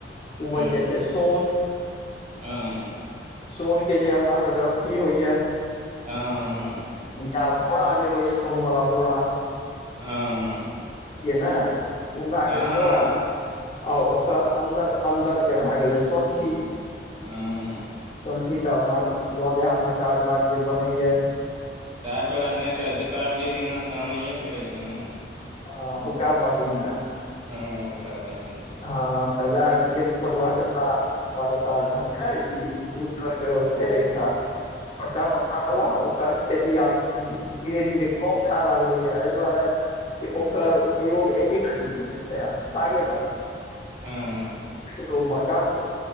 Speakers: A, on the left; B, on the right.
A: ओ
B: ह्म
A: बनि जाइ छै सोन
B: हाँ
A: सोन के जे अपना रस्सी होइय
B: हँ
A: या बोरा जे होइय सोनवला बोरा
B: हाँ
A: केने ओ भए
B: हँ
A: गेल बोरा आ ओकर अन्दर अन्दर के भए गेलै सौंठी
B: हँ
A: संठी तऽ अपना सब गाँव देहाात में टाट वाट जे बनै य
B: चट बार नहि तऽ दीपावली दिना तऽ आनैए पड़ै छै ने
A: ओ हुक्कापाती में
B: हँ हुकापाती
A: हँ तब वोह व्है छियै पटुआ के साग पटुआ के साग अहाँके ई दू तरहके होइ छै एकटा छोटका पत्तावला ओकर खेती आब धीरे धीरे कम भए लगलैए एहि दुआरे ओकर उपयोग एकेटा चीज मे छै अहाँ सागे टा
B: हँ
A: लेकिन बड़का प